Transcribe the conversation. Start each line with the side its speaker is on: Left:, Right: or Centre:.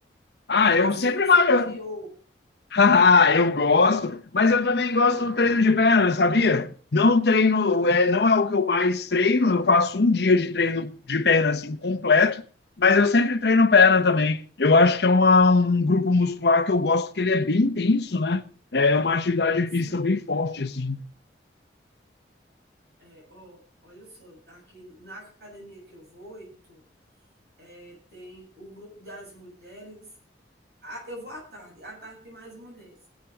Left: Ah,
Right: Já
Left: eu
Right: sei,
Left: sempre
Right: superior.
Left: malho, Haha, eu gosto, mas eu também gosto do treino de perna, sabia? Não treino, é, não é o que eu mais treino, eu faço um dia de treino de perna assim completo, mas eu sempre treino perna também. Eu acho que é uma- um grupo muscular que eu gosto, que ele é bem intenso, né? É uma atividade
Right: Sim.
Left: física bem forte, assim.
Right: É, ó, olha só, aqui na academia que eu vou, Heitor, é, tem o grupo das mulheres. Ah, eu vou à tarde, à tarde tem mais mulheres